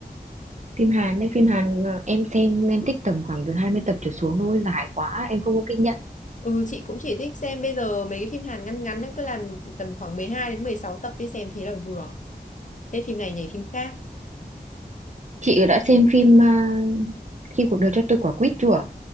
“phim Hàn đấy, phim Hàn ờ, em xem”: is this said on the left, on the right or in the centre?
Right